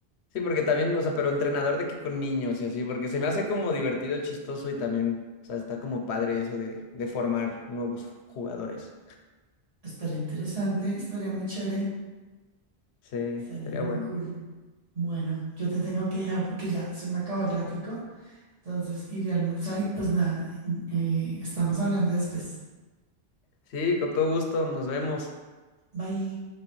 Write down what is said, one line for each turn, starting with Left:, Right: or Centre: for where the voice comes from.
Left: Sí, porque también, o sea, pero entrenador de que con niños y así, porque se me hace como divertido, chistoso y también, o sea, está como padre eso de, de formar nuevos jugadores.
Right: Estaría interesante, estaría muy chévere.
Left: Sí,
Right: Estaría
Left: estaría
Right: muy
Left: bueno.
Right: cool. Bueno, yo te tengo que dejar porque ya se me acabó el ratico. Entonces iré a almorzar y pues nada, eh, estamos hablando después.
Left: Sí, con todo gusto, nos vemos.
Right: Bye.